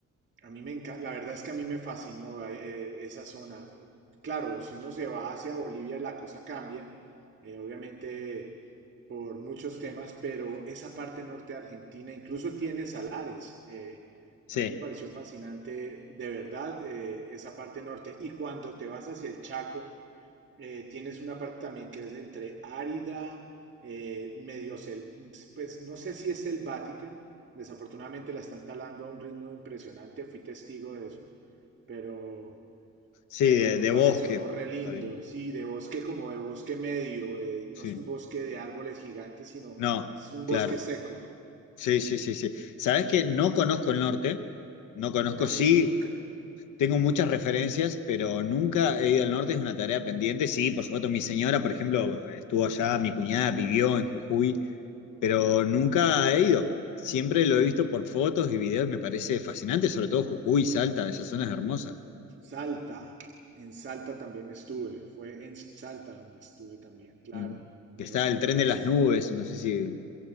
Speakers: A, on the right; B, on the left.
A: a mí me encanta, la verdad es que a mí me fascinó eh, esa zona. Claro, si uno se va hacia Bolivia la cosa cambia, eh, obviamente por muchos temas, pero esa parte norte de Argentina incluso tiene salares. Eh,
B: Sí,
A: a mí me pareció fascinante, de verdad, eh, esa parte norte. Y cuando te vas hacia el Chaco, eh, tienes una parte también que es entre árida, eh, medio, sel pues no sé si es selvática. Desafortunadamente la están talando a un ritmo impresionante, fui testigo de eso, pero
B: sí,
A: pero
B: de,
A: me
B: de
A: pareció
B: bosque.
A: re lindo,
B: por ahí,
A: sí, de bosque como de bosque medio, eh, no
B: Sí.
A: es un bosque de árboles gigantes, sino
B: No,
A: es un bosque
B: claro.
A: seco,
B: Sí, sí, sí, sí. Sabes que no conozco el norte, no conozco,
A: casi
B: sí,
A: ningún... ca-
B: tengo muchas referencias, pero nunca he ido al norte, es una tarea pendiente. Sí, por supuesto, mi señora, por ejemplo, estuvo allá, mi cuñada vivió en Jujuy, pero nunca he ido. Siempre lo he visto por fotos y videos, me parece fascinante, sobre todo Jujuy, Salta, esas zonas hermosas.
A: Salta, en Salta también estuve, fue en Salta donde estuve también, claro,
B: Mm.
A: me
B: Que está
A: lo recordaste.
B: el tren de las nubes, no sé si